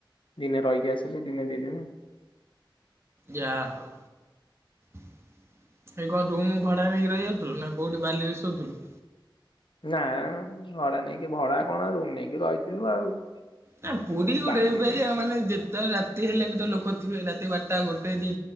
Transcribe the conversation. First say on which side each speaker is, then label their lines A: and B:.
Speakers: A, on the left (about 70°); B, on the right (about 30°).
A: ଦିନେ ରହିକି ଆସିଲ ଦିନେ ଦଦିନ
B: ଯା ହଉ ଏଇ କଁ ରୁମୁ ଭଡା ନେଇକି ରହି ଯାଉଥିଲୁ ନା କୋଉଠି ବାଲିରେ ଶୋଉଥୁଲୁ?
A: ନାଁ ଭଡା ନେଇକି ଭଡା କଣ ରୁମ ନେଇକି ରହିଥିଲୁ ଆଉ।
B: ନାଁ ପୁରୀ ଗୋଟେ
A: ବାଲିରେ।
B: ଏବା ଜାଗା ମାନେ ଯେ ତେ ରାତି ହେଲେ ବି ତ ଲୋକ ଥିବେ। ରାତି ବାରଟା ଗୋଟେ ଦି